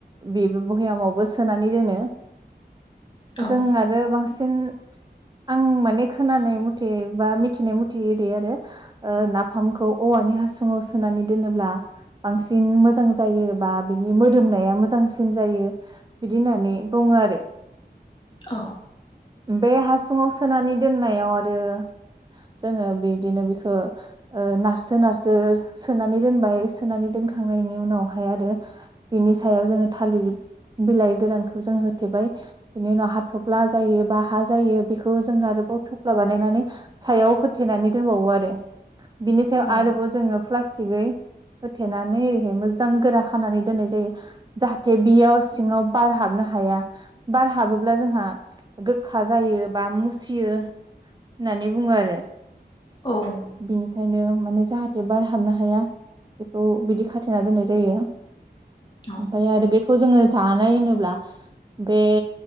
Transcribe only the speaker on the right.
बेबो भयामावबो सोनानै दोनो।
जों आरो बांसिन आं माने खोनानाय मथे बा मिथिनाय मुथेयो दे आरो नाफामखौ औवानि हासुङाव सोनानै दोनोब्ला बांसिन मोजां जायो बा बिनि मोदोमनाया मोजांसिन जायो बिदि होननानै बुङो आरो।
बे हासुङाव सोनानै दोननायाव आरो जोङो बिदिनो बिखौ नारसो नारसो सोनानै दोनबाय सोनानै दोनखांनायनि उनावहाय आरो बिनि सायाव जोङो थालिर बिलाइ गोरानखौ जों होथेबाय बिनि उनाव हाथ'फ्ला जायो बा हा जायो बेखौ जों आरोबाव थफ्ला बानायनानै सायाव होथेनानै दोनबावो आरो। बिनि सायाव
आरोबाव जोङो प्ला थिगै होथेनानै ओरैहाय मोजां गोरा खानानै दोननाय जायो जाहाथे बेयाव सिङाव बार हाबनो हाया बार हाबोब्ला जोंहा गोखा जायो बा मुसियो होननानै बुङो आरो।
बिनिखायनो माने जाहाथे बार हाबनो हाया बेखौ बिदि खाथेना दोननाय जायो ।
आमफ्राय आरो बे खौ जोङो जानाय होनोब्ला बे